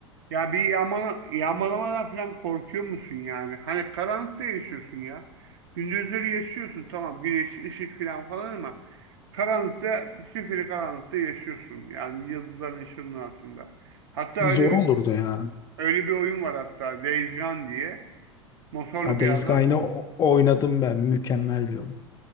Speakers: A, on the right; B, on the left.
A: Ya bir yağmala, yağmalamadan falan korkuyor musun yani? Hani karanlıkta yaşıyorsun ya. Gündüzleri yaşıyorsun tamam güneş, ışık falan falan ama karanlıkta, zifiri karanlıkta yaşıyorsun. Yani yıldızların ışığının altında. Hatta öyle
B: Zor
A: bir,
B: olurdu ya.
A: öyle bir oyun var hatta Days Gone diye. Motorlu
B: Ya
A: bir
B: Days
A: adam
B: Gone'ı o- oynadım ben. Mükemmel bir oyun.